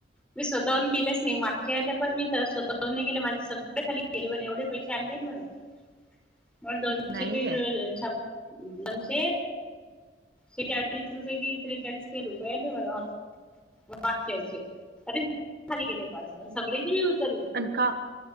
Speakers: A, in the centre; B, on the right.
A: मी स्वतःहून केेलेच नाही मागच्या आलं पण मी स्वतःहून नाही. गेले माझे सगळे खाली गेले पण एवढे पैसे आले म्ह मग दोनशे
B: नाही
A: काही
B: काय
A: छप दोनश ते चाळीस रुपये कि त्रेचाळीस काय रुपयाेले मला ह वागचे खली गेले का सगळे ज
B: अन का